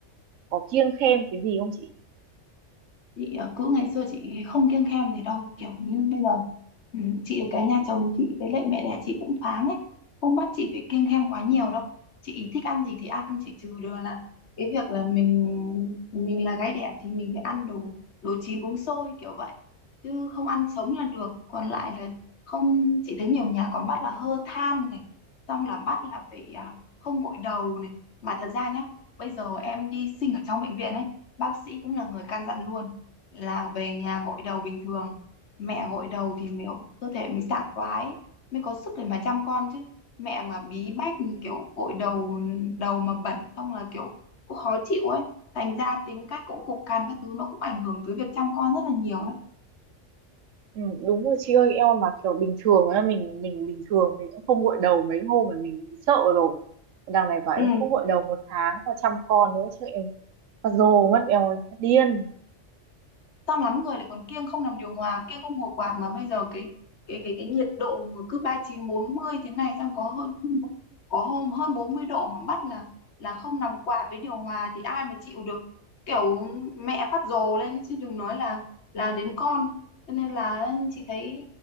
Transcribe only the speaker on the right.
có kiêng khem cái gì không chị?
Ừ, đúng rồi chị ơi, em mà kiểu bình thường á, mình mình bình thường mình cũng không gội đầu mấy hôm mà mình sợ rồi. Đằng này bảo em
không gội đầu một tháng và chăm con nữa chứ em phát rồ mất em ơi, phát điên.